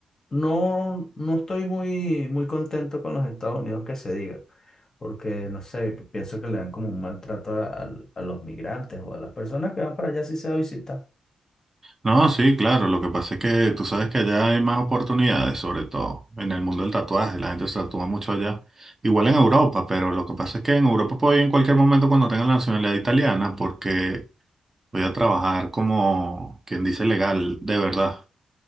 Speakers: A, on the left; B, on the right.
A: no, no estoy muy, muy contento con los Estados Unidos que se diga, porque no sé, que pienso que le dan como un maltrato a, al- a los migrantes o a las personas que van para allá si se va a visitar.
B: No, sí, claro. Lo que pasa es que tú sabes que allá hay más oportunidades, sobre todo en el mundo del tatuaje. La gente se tatúa mucho allá. Igual en Europa, pero lo que pasa es que en Europa puedo ir en cualquier momento cuando tenga la nacionalidad italiana porque voy a trabajar como quien dice legal, de verdad.